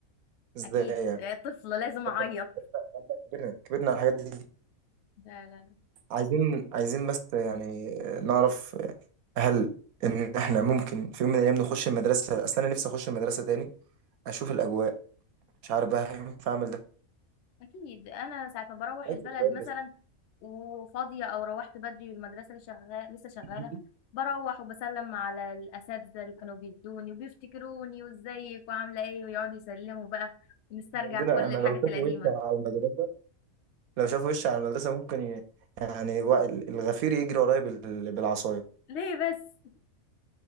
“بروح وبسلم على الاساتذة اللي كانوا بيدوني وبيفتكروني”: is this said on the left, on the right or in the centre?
Left